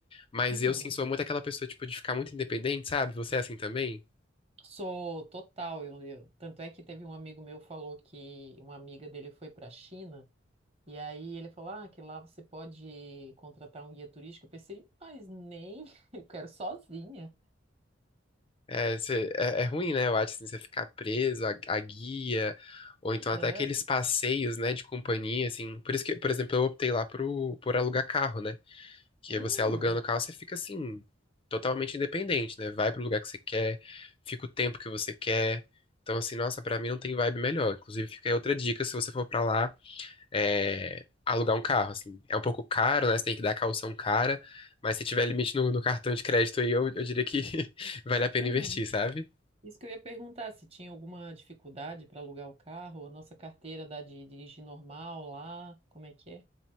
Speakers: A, on the left; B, on the right.
A: Mas
B: Uhum.
A: eu, sim, sou muito aquela pessoa, tipo, de ficar muito independente, sabe? Você é assim também?
B: Sou total, eu, eu- tanto é que teve um amigo meu falou que uma amiga dele foi para a China e aí ele falou ah, que lá você pode contratar um guia turístico. Eu pensei, mas nem, <laughs> eu quero sozinha.
A: É, cê- é, é ruim, né? Eu acho, assim, você ficar preso à, à guia, ou então até
B: É.
A: aqueles passeios, né, de companhia, assim. Por isso que, por exemplo, eu optei lá pro, por alugar carro, né? Que
B: Hum,
A: aí você alugando o carro, você fica, assim, totalmente independente, né? Vai pro lugar que você quer, fica o tempo que você quer. Então, assim, nossa, pra mim não tem vibe melhor. Inclusive, fica aí outra dica, se você for pra lá, é, alugar um carro, assim. É um pouco caro, né? Você tem que dar caução cara, mas se tiver limite no, no cartão de crédito aí, eu, eu diria que <laughs> vale a pena
B: uhum.
A: investir, sabe?
B: Isso que eu ia perguntar, se tinha alguma dificuldade para alugar o carro, a nossa carteira dá de dirigir normal lá, como é que é?